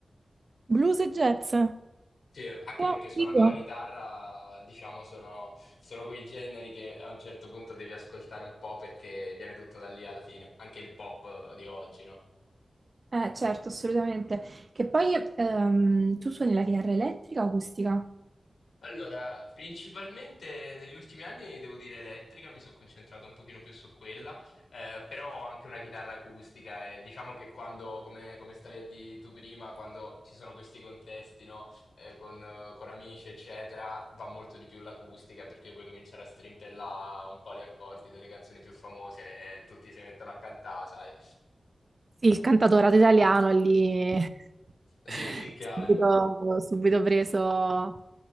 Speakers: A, on the right; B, on the left.
A: Blues e jazz.
B: Sì, anche
A: Wow,
B: perché suonando
A: figo.
B: la chitarra, diciamo, sono, sono quei generi che a un certo punto devi ascoltare un po' perché viene tutto da lì alla fine, anche il pop di oggi, no?
A: Eh, certo, assolutamente. Che poi ehm, tu suoni la chitarra elettrica o acustica?
B: Allora, principalmente negli ultimi anni devo dire elettrica, mi sono concentrato un pochino più su quella, eh, però ho anche una chitarra acustica e diciamo che quando, come, come stavi a dire tu prima, quando ci sono questi contesti, no, eh, con, eh, con amici, eccetera, va molto di più l'acustica perché puoi cominciare a strimpellare un po' gli accordi delle canzoni più famose e tutti si mettono a cantare, sai?
A: Sì, il cantautorato italiano è lì
B: Sì,
A: <laughs>
B: sì, chiaro.
A: subito, subito preso,